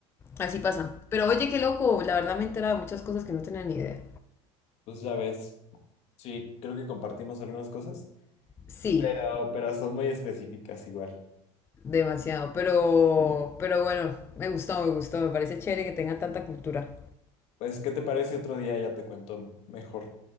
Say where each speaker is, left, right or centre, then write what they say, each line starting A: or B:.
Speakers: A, on the left; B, on the left.
A: así pasa. Pero oye, qué loco, la verdad me he enterado de muchas cosas que no tenía ni idea.
B: Pues ya ves. Sí, creo que compartimos algunas cosas.
A: Sí,
B: Pero, pero son muy específicas igual.
A: demasiado, pero, pero bueno, me gustó, me gustó, me parece chévere que tengan tanta cultura.
B: Pues, ¿qué te parece otro día? Ya te cuento mejor.